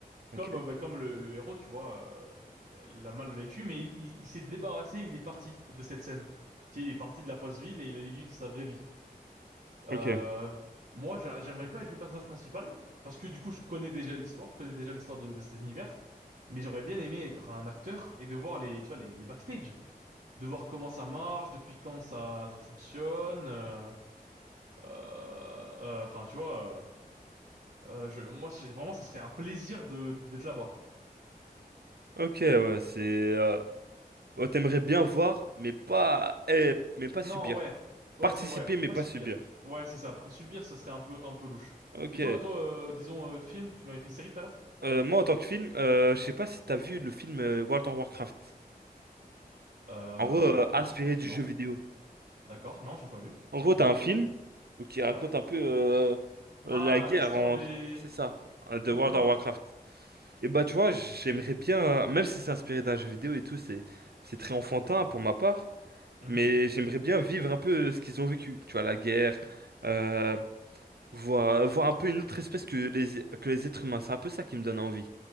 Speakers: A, on the right; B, on the right.
A: Ok.
B: Comme, euh, bah, comme le, le héros, tu vois, euh, euh, il l'a mal vécu, mais il, il il s'est débarrassé, il est parti de cette scène. Tu sais, il est parti de la fausse ville et il allait vivre sa vraie vie. Euh,
A: Ok.
B: moi, j'a- j'aimerais pas être le personnage principal, parce que du coup, je connais déjà l'histoire, je connais déjà l'histoire de, de cet univers, mais j'aurais bien aimé être un acteur et de voir les, tu vois, les, les backstage, de voir comment ça marche, depuis quand ça, ça fonctionne. euh, euh, euh, Enfin, tu vois, euh, euh, je, moi, c'est- vraiment, ça serait un plaisir de d'être là-bas.
A: Ok, ouais, c'est... euh, ouais, t'aimerais bien voir, mais pas, eh, mais pas
B: Non,
A: subir.
B: ouais, ouais,
A: Participer,
B: c'est ouais,
A: mais
B: pas
A: pas
B: subir.
A: subir.
B: Ouais, c'est ça. Subir, ça serait un peu, un peu louche.
A: Ok.
B: Et toi, toi, euh, disons euh, film, tu m'avais fait série tout à l'heure?
A: Euh, moi, en tant que film, euh, je sais pas si t'as vu le film euh, World of Warcraft.
B: Euh,
A: En gros,
B: World
A: euh, inspiré
B: of Warcraft,
A: du
B: non?
A: jeu vidéo.
B: D'accord, non, j'ai pas vu.
A: En gros, t'as un film où qui raconte
B: Ouais.
A: un peu euh, euh,
B: Ah,
A: la guerre
B: l'histoire
A: en...
B: des...
A: C'est ça, euh, de
B: D'accord.
A: World of Warcraft. Et bah tu vois, j'aimerais bien, euh, même si c'est inspiré d'un jeu vidéo et tout, c'est c'est très enfantin pour ma part,
B: Mhm.
A: mais j'aimerais bien vivre un peu ce qu'ils ont vécu. Tu vois, la guerre, euh, voir, voir un peu une autre espèce que les, que les êtres humains. C'est un peu ça qui me donne envie.